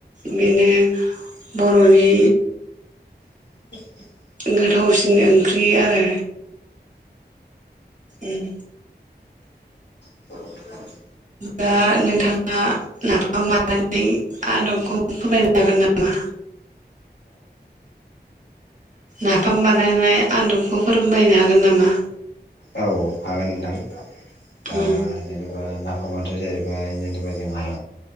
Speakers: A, on the right; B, on the left.
A: बेनो बर'नि
B: <unintelligible>
A: गोथावसिन ओंख्रि आरो। उम।
B: <unintelligible>
A: दा नोंथाङा नाफाम बानायनानै आदबखौ फोरमायनो हागोन नामा? नाफाम बानायनाय आदब बेखौ फोरोंबायनो हागोन नामा?
B: औ हागोन नोंथां। आ
A: उम
B: बा नाफामाथ' जाहैबाय जेनेबा जोंहा